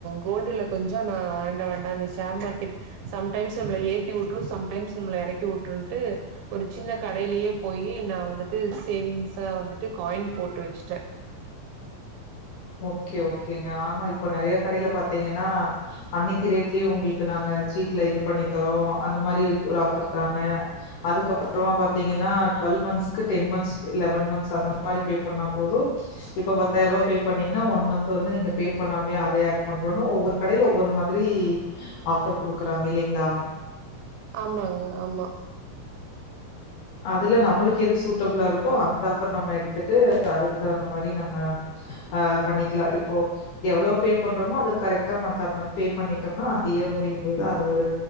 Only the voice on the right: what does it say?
கோல்டுல கொஞ்ச நா வேண்ட வேண்டன். அந்த ஷேர் மார்க்கெட் சம்டைம்ஸ் நம்மள ஏத்தி வுட்டுரு சம்டைம்ஸ் நம்மள எறக்கி வுட்டுரு ஒரு சின்ன கடையிலயே போயி நா வந்துட்டு சேவிங்ஸ வந்துட்டு காயின் போட்டு வச்சுட்டே
ஆமாங்க ஆமா